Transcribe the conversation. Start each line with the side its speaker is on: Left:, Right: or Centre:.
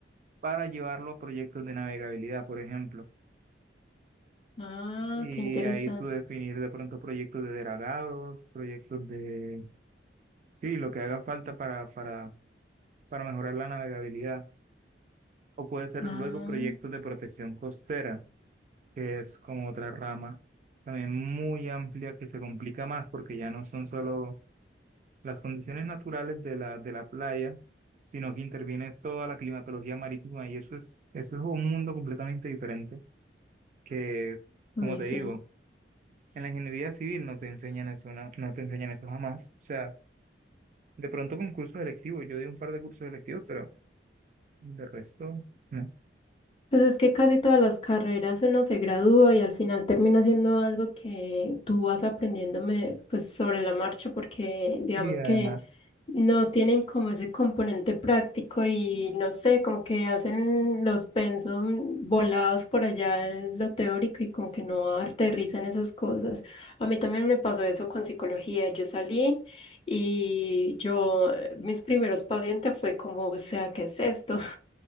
Right: para llevarlo a proyectos de navegabilidad, por ejemplo
Left: Ah,
Right: Y
Left: qué interesante.
Right: ahí tú definir de pronto proyectos de dragados, proyectos de, sí, lo que haga falta para, para, para mejorar la navegabilidad. O puede ser
Left: Ah,
Right: luego proyectos de protección costera, que es como otra rama también muy amplia que se complica más porque ya no son solo las condiciones naturales de la, de la playa, sino que interviene toda la climatología marítima y eso es, eso es un mundo completamente diferente que,
Left: uy,
Right: como te
Left: sí.
Right: digo, En la ingeniería civil no te enseñan eso, no, no te enseñan eso jamás. O sea, de pronto con cursos electivos, yo di un par de cursos electivos, pero de resto, no.
Left: Pues es que casi todas las carreras uno se gradúa y al final termina siendo algo que tú vas aprendiéndome pues sobre la marcha porque
Right: Sí,
Left: digamos
Right: además,
Left: que no tienen como ese componente práctico y no sé, como que hacen los pensum volados por allá en lo teórico y como que no aterrizan esas cosas. A mí también me pasó eso con psicología. Yo salí y yo, mis primeros pacientes fue como, o sea, ¿qué es esto? <laughs>